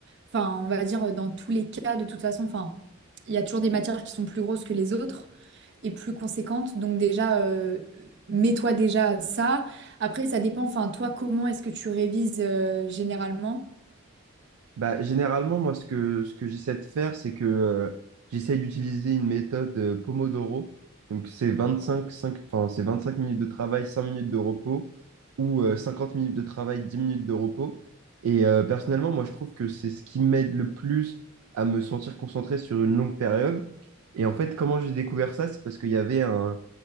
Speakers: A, on the right; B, on the right.
A: enfin, on va dire dans tous les cas, de toute façon, enfin, il y a toujours des matières qui sont plus grosses que les autres et plus conséquentes. Donc déjà, euh, mets-toi déjà à ça. Après, ça dépend, enfin, toi, comment est-ce que tu révises euh, généralement?
B: Bah, généralement, moi, ce que, ce que j'essaie de faire, c'est que euh, j'essaie d'utiliser une méthode euh, Pomodoro. Donc, c'est vingt-cinq cinq enfin, c'est 25 minutes de travail, 5 minutes de repos, ou euh, 50 minutes de travail, 10 minutes de repos. Et euh, personnellement, moi, je trouve que c'est ce qui m'aide le plus à me sentir concentré sur une longue période. Et en fait, comment j'ai découvert ça? C'est parce qu'il y avait un,